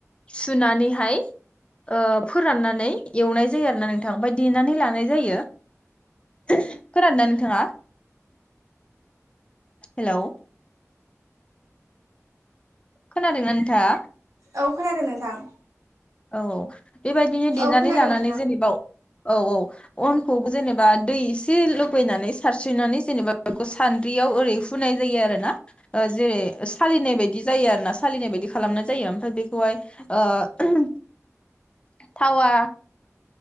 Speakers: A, on the left; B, on the right.
A: सुनानैहाय ओ फोराननानै एवनाय जायो आरोना नोंथां ओमफाय देनानै लानाय जायो खोनादोंना नोंथाङा हेलौ। खोनादोंना नोंथाङा?
B: औ खोनादों नोंथां
A: औ औ बेबायदिनो देनानै
B: औ खोनादों
A: लानानै
B: नोंथां
A: जेनेबाव औ औ अनखौ जेनेबा दै एसे लुबैनानै सारस्रिनानै जेनेबा बेखौ सान्द्रियाव ओरै फुनाय जायो आरो ना जेरै सालिनाय बायदि जायो आरो ना सालिनाय बायदि खालामनाय जायो ओमफ्राय बेखौहाय ओ थावा